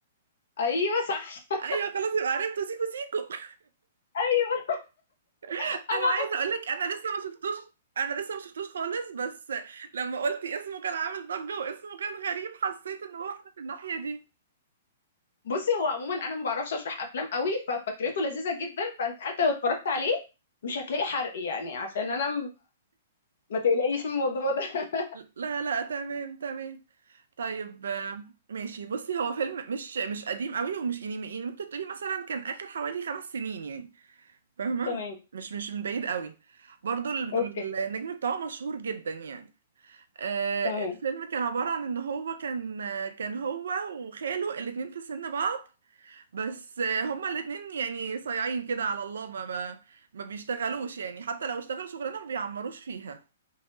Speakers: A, on the left; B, on the right.
A: ايوه صح <laughs>
B: ايوه خلاص يبقى عرفته سيكو سيكو
A: ايوه
B: <laughs>
A: انا
B: انا عايزه اقول لك انا لسه ما شفتوش انا لسه ما شفتوش خالص بس لما قلتي اسمه كان عامل ضجه واسمه كان غريب حسيت ان هو احنا في الناحيه دي
A: بصي هو عموما انا ما بعرفش اشرح افلام قوي ففكرته لذيذه جدا فانت حتى لو اتفرجت عليه مش هتلاقي حرق يعني عشان انا ما تقلقيش من الموضوع ده <laughs>
B: لا لا تمام تمام طيب آه، ماشي بصي هو فيلم مش مش قديم قوي ومش يعني يعني ممكن تقولي مثلا كان اخر حوالي خمس سنين يعني فاهمه
A: تمام
B: مش مش من بعيد قوي برضو ال-
A: اوكي
B: النجم بتاعه مشهور جدا يعني آه،
A: تمام
B: الفيلم كان عبارة عن ان هو كان آه، كان هو وخاله الاتنين في سن بعض بس آه، هما الاتنين يعني صايعين كده على الله ما ما ما بيشتغلوش يعني حتى لو اشتغلوا شغلانة ما بيعمروش فيها